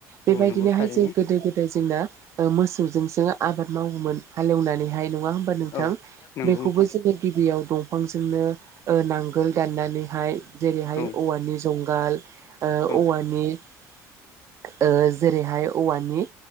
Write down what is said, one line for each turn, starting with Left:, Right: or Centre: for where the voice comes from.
Right: बेबायदिनोहाय
Left: औ नंगौ थारैनो
Right: जों गोदो गोद दाय जोंना मोसौजोंसो आबाद मावोमोन हाले एवनानैहाय नङा होमबा नोंथां
Left: औ नंगौ
Right: बेखौबो
Left: नोंथां
Right: जोङो गिबियाव दंफांजोंनो ओ नांगोल दाननानैहाय जेरैहाय
Left: औ
Right: औवानि जुंगाल ओ
Left: औ
Right: औवानि ओ जेरैहाय औवानि